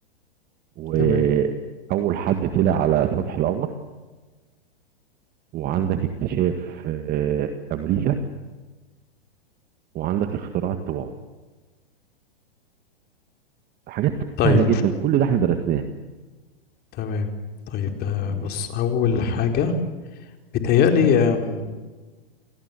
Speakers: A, on the right; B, on the left.
A: واول
B: تمام
A: حد طلع على سطح القمر وعندك اكتشاف آه، امريكا وعندك اختراع الطباعه حاجات
B: طيب
A: سهله جدا كل ده احنا درسناه
B: تمام طيب آه،
A: مم.
B: بص اول حاجة بيتهيألي آم،